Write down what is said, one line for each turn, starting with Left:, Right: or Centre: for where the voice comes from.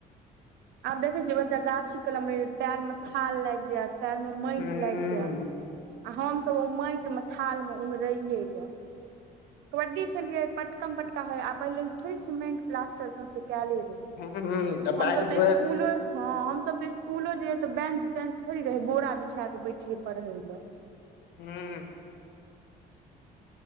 Right: आब देखै छियै बच्चा गाछी कलम पैर म थाल लाइग जैत पैर म माइट
Left: हूँ
Right: लाइग जैत आ हमसब ओ माइट मऽ थाल म ओंगहराइयै गऽ कबड्डी खेलिये पटकम पटका होय आ पहिले थोड़ी सीमेंट प्लास्टर सौसे कैयले रहै
Left: <unintelligible> त
Right: हमसभ
Left: बरिस
Right: तऽ
Left: भऽ
Right: स्कूलो
Left: जैत
Right: हँ हमस तऽ इस्कूलो जाइयै तऽ बेंच तेंच थोड़ी रहै बोरा बिछै कऽ बैठियै पड़है लऽ
Left: हूँ